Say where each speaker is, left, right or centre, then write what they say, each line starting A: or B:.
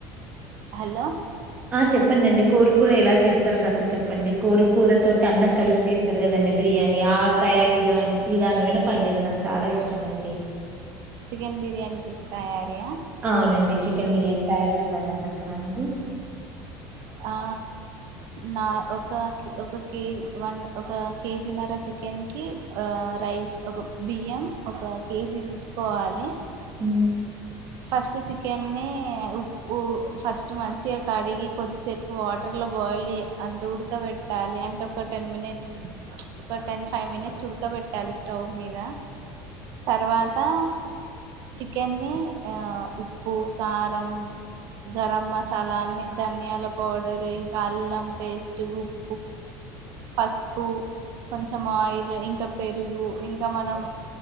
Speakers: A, on the right; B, on the right.
A: హలో
B: ఆ చెప్పండండి కోరి కూర ఎలా చేస్తారో కాస్త చెప్పండి కోడి కూర తోటి అన్నం కలిపి చేస్తారు కదండి బి ర్యానీ ఆ తయార్ విధమైన విధానమైన పర్లేదు నాక్ చాలా ఇష్టమండి.
A: చికెన్ బిర్యానీ చేసే తయారియా
B: అవునండి చికెన్ బిర్యానీ తయారీ విధానం చెప్పడండి.
A: ఆ నా ఒక ఒక కే వన్ ఒక కేజీనర చి చికెన్కి ఆ రైస్ ఒక బియ్యం ఒక కేజీ తీస్కోవాలి.
B: హ్మ్.
A: ఫస్ట్ చికెన్నీ ఉ ఉప్పు ఫస్ట్ మంచిగ కడిగి కొద్ సేపు వాటర్లో బాయిల్ అంటే ఉడకబెట్టాలి అంటే ఒక టెన్ మినిట్స్ ఒక టెన్ ఫైవ్ మినిట్స్ ఉడకబెట్టాలి స్టవ్ మీద తర్వాతా చికెన్నీ ఆ ఉప్పు, కారం గరం మసాల అన్ని ధనియాల పౌడర్ ఇంకా అల్లం పేస్ట్, ఉప్ పసుపు, కొంచం ఆయిల్, ఇంకా పెరుగు, ఇంకా మనం